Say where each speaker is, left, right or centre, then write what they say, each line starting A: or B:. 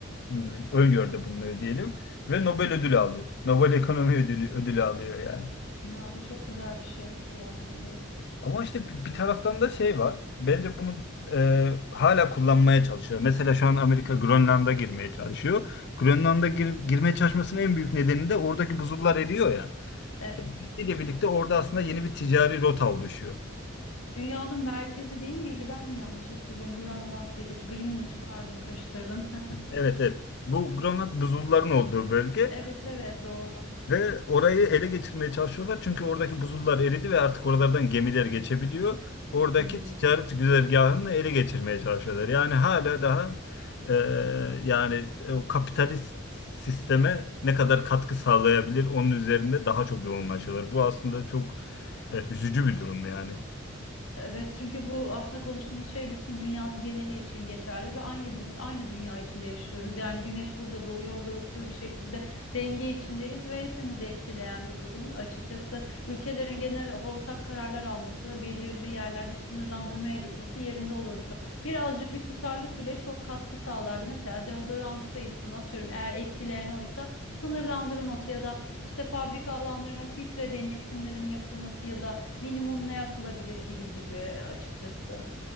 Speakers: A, on the left; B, on the left.
A: hmm, öngördü bulunuyor diyelim ve Nobel ödülü alıyor. Nobel Ekonomi Ödülü, ödülü alıyor yani.
B: Ya bu çok güzel bir şey. Yani evet.
A: Ama işte bir bir taraftan da şey var. Bence bunu e, hala kullanmaya çalışıyor. Mesela şu an Amerika Grönland'a girmeye çalışıyor. Grönland'a gir- girmeye çalışmasının en büyük nedeni de oradaki buzullar eriyor ya.
B: Evet.
A: İle birlikte orada aslında yeni bir ticari rota oluşuyor.
B: Dünyanın merkezi değil miydi? Ben mi yanlış hatırlıyorum? Grönland diye geçiyor. Greenwich pardon karıştırdım. <laughs>
A: Evet evet. Bu Grönland buzulların olduğu bölge.
B: Evet evet doğru.
A: Ve orayı ele geçirmeye çalışıyorlar. Çünkü oradaki buzullar eridi ve artık oralardan gemiler geçebiliyor. Oradaki
B: Hı.
A: ticaret güzergahını ele geçirmeye çalışıyorlar. Yani hala daha e, yani o kapitalist sisteme ne kadar katkı sağlayabilir onun üzerinde daha çok yoğunlaşıyorlar. Bu aslında çok e, üzücü bir durum yani.
B: Evet çünkü bu aslında konuştuğumuz şey bütün dünyanın geneli için geçerli ve aynı dü- aynı dünya içinde yaşıyoruz. Yani güneş burada doğuyor, orada batıyor bir şekilde denge içindeyiz ve hepimizi etkileyen bir durum. Açıkçası ülkelerin genel ortak kararlar alması, belirli yerlerde sınırlandırmaya gitmesi yerinde olurdu. Birazcık bir tutarlılık bile çok katkı sağlardı. Mesela deodorant sayısını atıyorum eğer etkileyen oysa sınırlandırılması ya da işte fabrika alanlarına filtre denetimlerinin yapılması ya da minimum ne yapılabilir gibi gibi açıkçası.